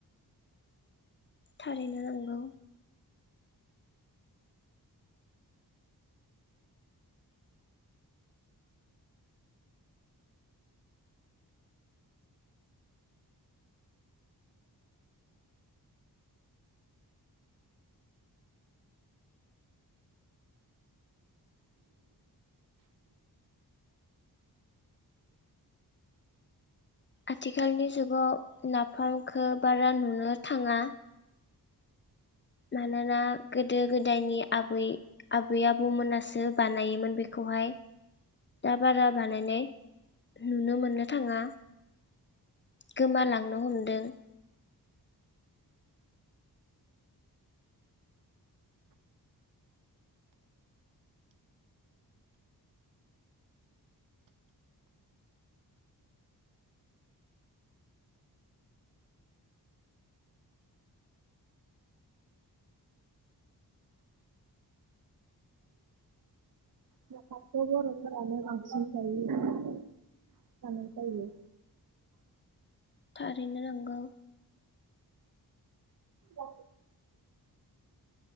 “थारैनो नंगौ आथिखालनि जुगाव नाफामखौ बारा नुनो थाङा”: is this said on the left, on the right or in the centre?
Left